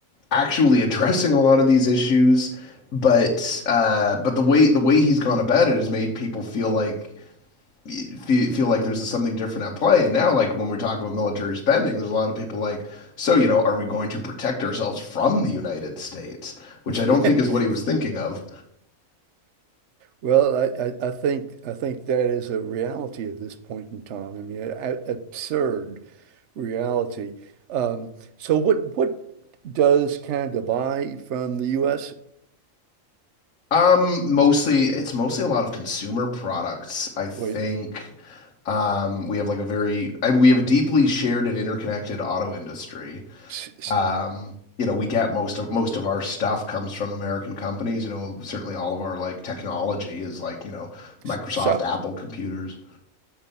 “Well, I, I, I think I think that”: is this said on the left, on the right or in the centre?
Right